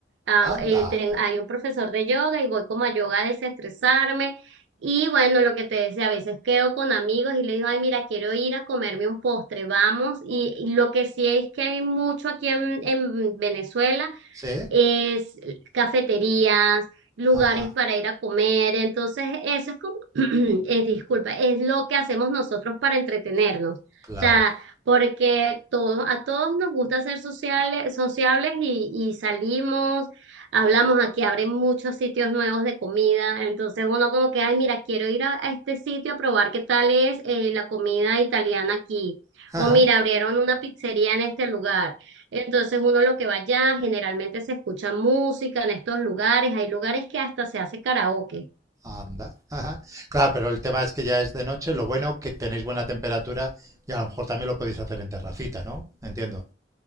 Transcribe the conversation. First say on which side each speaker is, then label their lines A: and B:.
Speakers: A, on the right; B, on the right.
A: Ah,
B: Anda.
A: eh, ten- hay un profesor de yoga y voy como a yoga a desestresarme. Y bueno, lo que te decía, a veces quedo con amigos y le digo, ay, mira, quiero ir a comerme un postre, vamos. Y, y lo que sí es que hay mucho aquí en, en Venezuela
B: ¿Sí?
A: es cafeterías, lugares
B: Ajá.
A: para ir a comer. Entonces, eso es como, <clears throat> es, disculpa, es lo que hacemos nosotros para entretenernos. O
B: Claro.
A: sea, porque todos, a todos nos gusta ser sociales, sociables y, y salimos, hablamos aquí, abren muchos sitios nuevos de comida. Entonces uno como que, ay, mira, quiero ir a, a este sitio a probar qué tal es eh, la comida italiana aquí.
B: Ajá.
A: O mira, abrieron una pizzería en este lugar. Entonces uno lo que va allá, generalmente se escucha música en estos lugares, hay lugares que hasta se hace karaoke.
B: Anda. Ajá. Claro, pero el tema es que ya es de noche. Lo bueno que tenéis buena temperatura y a lo mejor también lo podéis hacer en terracita, ¿no? Entiendo.